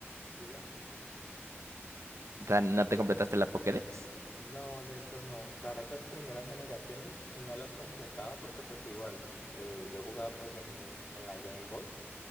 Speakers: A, on the left; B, on the right.
A: y ya.
B: O sea, ¿no te completaste la Pokédex?
A: No, de hecho no. Para esas primeras generaciones no las completaba porque pues igual, eh, yo jugaba pues en, en la Game Boy